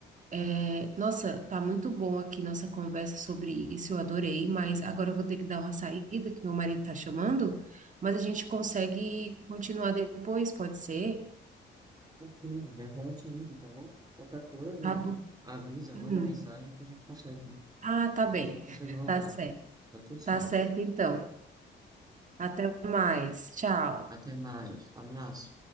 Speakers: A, on the right; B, on the right.
A: É, nossa, tá muito bom aqui nossa conversa sobre isso, eu adorei, mas agora eu vou ter que dar uma saída, que meu marido tá chamando, mas a gente consegue continuar depois, pode ser?
B: Mas sim, já já eu te ligo, tá bom? Qualquer coisa,
A: Tá bom.
B: avisa,
A: Hum.
B: manda mensagem que a gente consegue,
A: Ah, tá bem.
B: que a gente
A: <laughs>
B: consegue voltar.
A: Tá certo.
B: Tá tudo certo.
A: Tá certo, então. Até mais. Tchau.
B: Até mais. Abraço.